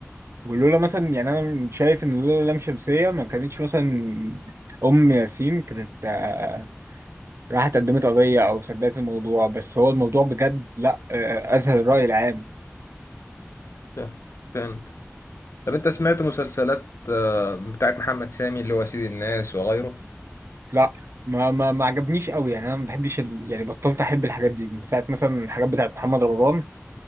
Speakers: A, on the right (about 60°); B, on the left (about 65°).
A: ولولا مثلا يعني انا شايف ان لولا لام شمسية ما كانتش مثلا ام ياسين كانت آه، راحت قدمت قضية او سددت الموضوع بس هو الموضوع بجد لا آه، آه، اسهل الرأي العام
B: فهمت فهمت. طب انت سمعت مسلسلات آه، بتاعت محمد سامي اللي هو سيد الناس وغيره
A: لا ما ما ما عجبنيش قوي يعني انا ما بحبش ال... يعني بطلت احب الحاجات دي من ساعة مثلا الحاجات بتاعت محمد رمضان